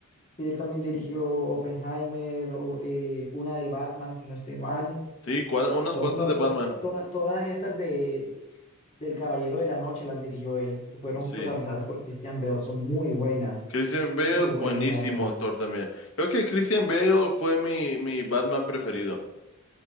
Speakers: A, on the left; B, on the left.
A: Sí, él también dirigió Oppenheimer, o, eh, una de Batman, si no estoy mal.
B: Sí, cua- unas
A: To-
B: cuantas
A: no,
B: de
A: to-
B: Batman.
A: to- todas estas de del Caballero de la Noche las dirigió él, que fueron
B: Sí.
A: protagonizadas por Christian Bale. Son muy buenas,
B: Christian Bale,
A: muy buenas,
B: buenísimo
A: la verdad.
B: actor también. Creo que Christian Bale fue mi, mi Batman preferido.